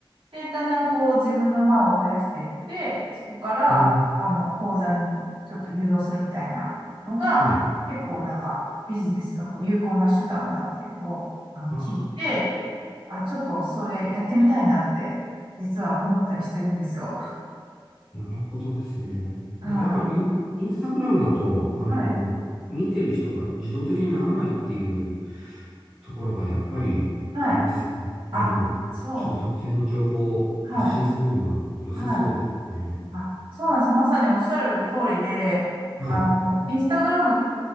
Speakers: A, on the right (about 75°); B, in the centre.
A: で、だんだんこう自分のファンを増やしていって、そこから、
B: うん。
A: あの、講座にちょっと誘導するみたいなのが、
B: はい。
A: 結構なんかビジネスのこう有効な手段だっていうのをあの聞いて、
B: ああ、
A: あ、ちょっとそれやってみたいなって、実は思ったりしてるんですよ。
B: なるほどですね。
A: は
B: まあやっぱりイン、インスタグラムだと、あの、
A: い。はい。
B: 見てる人が自動的にならないっていうところが、やっぱり、
A: はい。
B: あれですよね。あの、
A: あ、そう。
B: ちょっと特定の情報を発信するには良さそうですね。
A: はい。はい。あ、そうなんです。まさにおっしゃる通りで、
B: はい。
A: あの、インスタグラム、